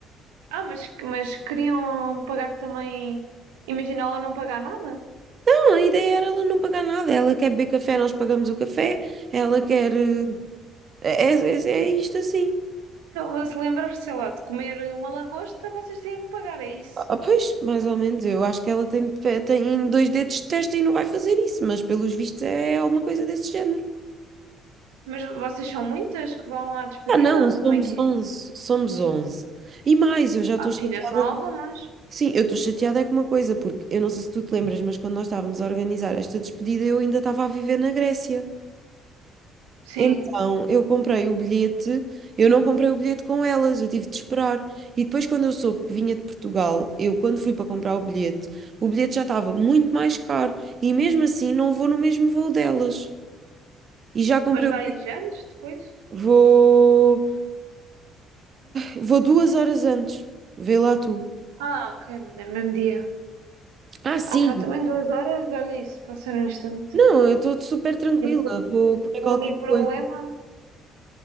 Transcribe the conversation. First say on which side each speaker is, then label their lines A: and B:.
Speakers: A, on the right; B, on the right.
A: Ah, mas, mas queriam pagar também. Imagina ela não pagar nada?
B: Não, a ideia era ela não pagar nada. Ela quer beber café, nós pagamos o café. Ela quer. eh, É, é, é isto assim.
A: Ela se lembrar, sei lá, de comer uma lagosta, vocês têm de pagar, é isso.
B: Ah, pois, mais ou menos, eu acho que ela tem, tem dois dedos de testa e não vai fazer isso, mas pelos vistos é alguma coisa desse género.
A: Mas vocês são muitas que vão à despedida?
B: Ah, não, somos
A: Como é que é?
B: onze somos onze E mais, eu já estou
A: Ah,
B: chateada.
A: ainda são algumas.
B: Sim, eu estou chateada é com uma coisa, porque eu não sei se tu te lembras, mas quando nós estávamos a organizar esta despedida, eu ainda estava a viver na Grécia.
A: Sim.
B: Então, eu comprei o bilhete, eu não comprei o bilhete com elas, eu tive de esperar. E depois, quando eu soube que vinha de Portugal, eu, quando fui para comprar o bilhete, o bilhete já estava muito mais caro. E mesmo assim, não vou no mesmo voo delas. E já comprei
A: Mas vai
B: o bilhete,
A: anos depois?
B: vou, vou duas horas antes. Vê lá tu.
A: Ah, ok, mas é no mesmo dia.
B: Ah, sim.
A: Ah pá, também duas horas, olha isso, passar um instante.
B: Não, eu estou super tranquila,
A: Esse
B: vou
A: é
B: comer qualquer
A: O único
B: coisa.
A: problema...